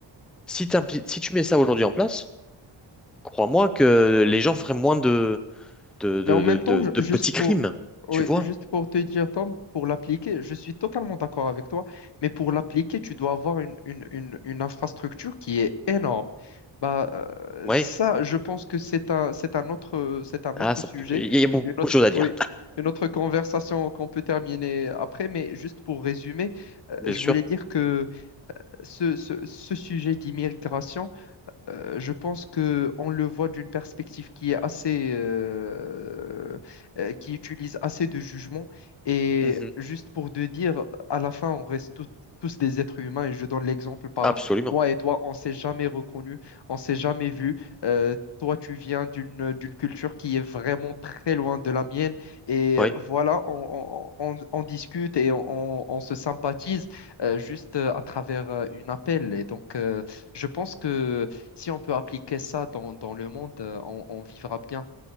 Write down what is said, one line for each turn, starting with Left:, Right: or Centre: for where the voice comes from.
Centre: Si, t'impli- si tu mets ça aujourd'hui en place, crois-moi que les gens feraient moins de, de, de,
Left: Mais en même
Centre: de, de-
Left: temps, ju-
Centre: de
Left: juste
Centre: petits
Left: pour,
Centre: crimes,
Left: oui,
Centre: tu vois?
Left: juste pour te dire, Tom, pour l'appliquer, je suis totalement d'accord avec toi, mais pour l'appliquer, tu dois avoir une, une, une, une infrastructure qui est énorme. Bah, euh,
Centre: Oui.
Left: ça, je pense que c'est un, c'est un autre, c'est un autre
Centre: Ah, ça
Left: sujet,
Centre: peut- il y a il y a beaucoup
Left: une autre,
Centre: de choses à dire,
Left: oui, une autre conversation qu'on peut terminer après, mais juste pour résumer, euh,
Centre: <laughs> bien
Left: je
Centre: sûr.
Left: voulais dire que ce, ce, ce sujet d'immigration, euh, je pense que on le voit d'une perspective qui est assez, euh, euh, qui utilise assez de jugement. Et
Centre: Mhm.
Left: juste pour te dire, à la fin, on reste tout- tous des êtres humains. Et je donne l'exemple par
Centre: Absolument.
Left: moi et toi, on s'est jamais reconnus, on s'est jamais vus. Euh, toi, tu viens d'une d'une culture qui est vraiment très loin de la mienne. Et
Centre: Oui.
Left: voilà, on, on- on- on discute et on, on- on se sympathise euh, juste euh, à travers euh, une appel. Et donc, euh, je pense que si on peut appliquer ça dans, dans le monde, euh, on, on vivra bien.